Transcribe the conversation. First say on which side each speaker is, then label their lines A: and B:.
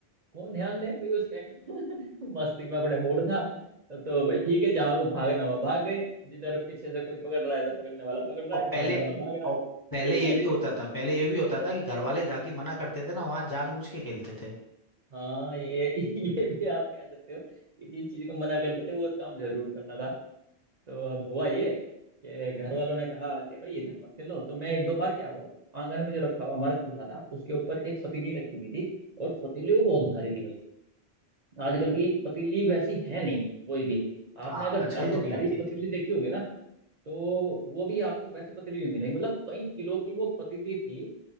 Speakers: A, on the right; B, on the left.
A: कौन ध्यान दे भाई उस टाइम <laughs> मस्ती में अपने मूड था तो तो भाई ठीक है जहाँ को भागना हुआ भाग गए जिधर पीछे से कोई पकड़ रहा है तो पकड़ने वाला पकड़ रहा
B: और
A: है भागने
B: पहले
A: वाला भाग रहा
B: और पहले ये
A: है
B: भी
A: <laughs>
B: होता था पहले ये भी होता था कि घर वाले जहाँ की मना करते थे ना वहां जानबूझ के खेलते थे
A: हाँ ये <laughs> ये भी आप कह सकते हो कि जिस चीज को मना करते थे वो काम जरूर करना था तो अब हुआ ये कि घर वालों ने कहा कि भाई इधर मत खेलो तो मैं एक दो बार क्या हुआ आंगन में जो रखा हुआ हमारा चूल्हा था उसके ऊपर एक पतीली रखी हुई थी और पतीली वो बहुत भारी थी भाई आजकल की पतीली वैसी है नहीं कोई भी आपने
B: हाँ
A: अगर भारी
B: आजकल
A: से
B: तो
A: भारी
B: नहीं आती थी
A: पतीली देखी होगी ना तो वो भी आपको वैसी पतीली नहीं मिलेगी मतलब कई किलो की वो पतीली थी